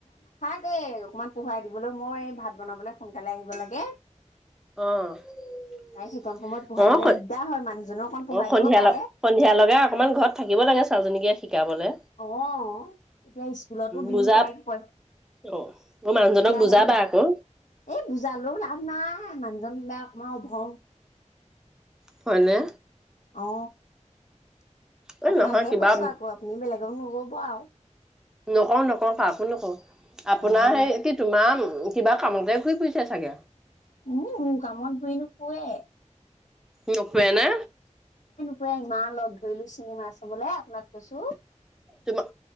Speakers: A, on the left (about 75°); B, in the centre.
A: সেই অকমান পঢ়ুৱাই দিবলৈ, মই ভাত বনাবলৈ সোনকালে আহিব লাগে ।
B: অ'-অ'-ক
A: সেইকণ সময়ত পঢ়াবলৈ দিগদাৰ হয় মানুহজনো অকণ পঢ়াই
B: অ' সন্ধিয়া
A: দিব পাৰে
B: লগা সন্ধিয়া লৈকে অকমান ঘৰত থাকিব লাগে ছোৱালীজনীকে শিকাবলে।
A: অ' এতিয়া স্কুলতো দিলো
B: বুজা
A: তাইক, পই
B: অ' মানুহজনক
A: এতিয়া
B: বুজাবা
A: হেই
B: আকৌ
A: এই বুজালো লাভ নাই । মানুহজন বা অকমান অভং
B: হয়নে
A: অ
B: এই
A: আপোনাকহে
B: নহয় কিবা
A: কৈছো আকৌ আপুনি বেলেগক নকব আও
B: নকও নকও কাকো নকও আপোনাৰ
A: অ',
B: হেই কি তোমাৰ কিবা কামতে ঘুৰি ফুৰিছে চাগে
A: উম মোৰ কামত ঘূই নুফুৱে
B: নুফুৰে না
A: ৱে ইমান লগ ধৰিলো চিনেমা চাবলে আপোনাক কৈছো।
B: তোমা